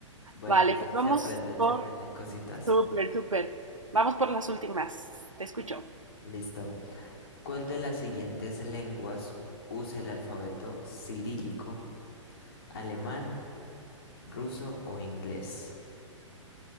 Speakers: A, on the left; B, on the right.
A: Bueno,
B: Vale,
A: se
B: pues vamos
A: se aprenden,
B: por...
A: se aprenden cositas.
B: Súper, súper. Vamos por las últimas. Te escucho.
A: Listo. ¿Cuál de las siguientes lenguas usa el alfabeto cirílico alemán, ruso o inglés.